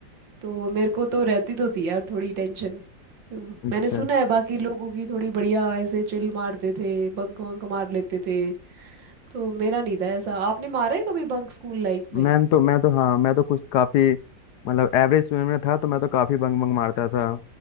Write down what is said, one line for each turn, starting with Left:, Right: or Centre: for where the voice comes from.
Right: तो मेरे को तो रहती तो थी यार थोड़ी टेंशन हम्म,
Left: अच्छा
Right: मैंने सुना
Left: अच्छा।
Right: है बाकी लोगों की थोड़ी बढ़िया ऐसे चिल मारते थे बंक वंक मार लेते थे तो मेरा नहीं था ऐसा आपने मारा है कभी बंक स्कूल लाइफ में
Left: मैं तो मैं तो हाँ मैं तो कुछ काफी मतलब एवरेज स्टूडेंट में था तो मैं तो काफी बंग बंग मारता था